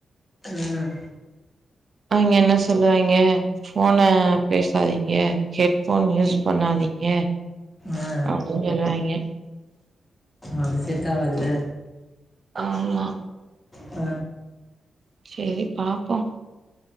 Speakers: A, on the left (about 25°); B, on the right (about 55°).
A: ம்
B: அவிங்க என்ன சொல்வாய்ங்க ஃபோன பேசாதீங்க ஹெட்ஃபோன் யூஸ் பண்ணாதீங்க
A: ஆ
B: அப்டின்னு சொல்லுவாய்ங்க
A: அது செட் ஆகாது இல்ல
B: ஆமா
A: ஆ
B: செரி பாப்போ